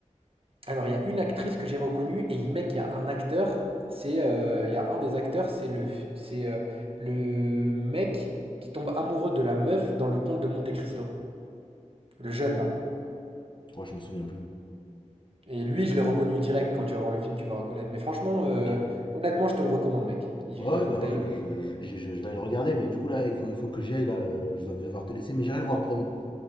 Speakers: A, on the right (about 45°); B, on the left (about 40°).
A: Alors, il y a une actrice que j'ai reconnue et il- mec, il y a un acteur. C'est, euh, il y a un des acteurs, c'est le, f- c'est euh, le mec qui tombe amoureux de la meuf dans le conte de Monte Cristo, le jeune là.
B: Oh, je me souviens plus.
A: Et lui, je l'ai reconnu direct. Quand tu vas voir le film, tu vas reconnaître. Mais franchement, euh,
B: Ok.
A: honnêtement, je te le recommande, mec. Il
B: Ouais,
A: il faut
B: bah
A: que tu
B: ouais,
A: ailles le
B: bah,
A: voir.
B: je, je- je- je vais aller le regarder, mais du coup là, il faut, il faut que j'y aille là. euh, Je dois devoir te laisser, mais j'irai le voir promis.